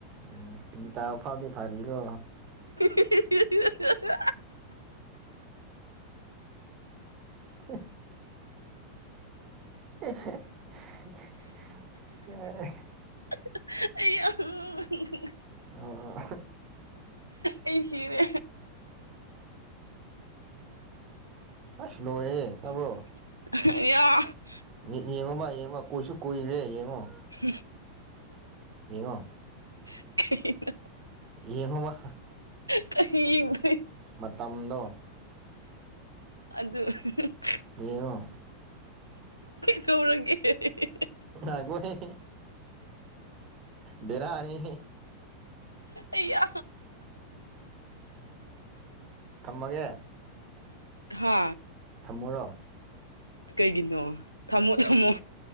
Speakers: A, on the right; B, on the left.
A: ꯎꯝ ꯄꯤ ꯇꯥ ꯐꯥꯎꯗ ꯐꯔꯤꯛ <unintelligible>
B: ꯑꯩꯌꯥ
A: <inaudible> <unintelligible> ꯑꯦ
B: <unintelligible>
A: ꯑꯣ ꯑꯣ
B: ꯑꯩ ꯁꯤꯔꯦ
A: ꯑꯁꯂꯣꯑꯦ ꯇꯥꯕ꯭ꯔꯣ
B: <unintelligible>
A: ꯌꯦ ꯌꯦꯡꯉꯨꯕ ꯌꯦꯡꯉꯣ ꯀꯨꯏꯁꯨ ꯀꯨꯏꯔꯦ ꯌꯦꯡꯉꯣ
B: <inaudible>
A: ꯌꯦꯉꯣ
B: <unintelligible>
A: ꯌꯦꯡꯉꯣꯕꯥ
B: ꯀꯩꯍꯤꯟ <unintelligible>
A: ꯃꯇꯝꯗꯣ ꯫
B: ꯑꯗꯨ ꯫
A: ꯌꯦꯉꯨ꯫
B: ꯇꯧꯔꯒꯦ꯫
A: ꯑꯒꯣꯏ ꯕꯤꯔꯥꯅꯤ꯫
B: ꯑꯌꯥ
A: ꯊꯝꯃꯒꯦ꯫
B: ꯍꯥ
A: ꯊꯝꯃꯣ ꯔꯣ
B: ꯀꯩꯒꯤꯅꯣ ꯊꯝꯃꯣ ꯊꯝꯃꯣ꯫